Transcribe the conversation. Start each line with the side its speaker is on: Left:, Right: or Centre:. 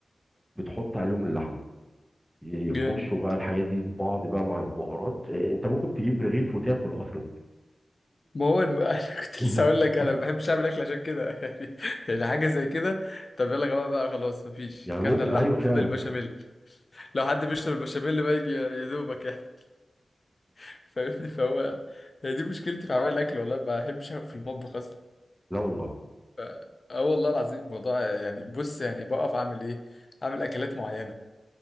Centre: بتحط عليهم اللحمة يخشوا
Left: جامد
Centre: بقى الحاجات دي في بعض بقى مع البهارات إيه، انت ممكن تجيب رغيف وتاكل اصلا
Left: ما هو الم... <laughs> انا كنت
Centre: <laughs>
Left: لسه اقول لك انا ما بحبش اعمل اكل عشان كده <laughs> يعني يعني حاجه زي كده طب يلا يا جماعه بقى خلاص مفيش
Centre: يعني ممكن
Left: كلنا اللحمه
Centre: ايوه فعلا
Left: فاضل البشاميل لو حد بيشرب البشاميل بقى يجي يا دوبك يعني <laughs> فاهمني فهو هي دي مشكلتي في عمل الاكل والله ما بحبش أقف في المطبخ
Centre: لا والله
Left: اه آه والله العظيم موضوع يعني بص يعني بقف اعمل ايه اعمل اكلات معينه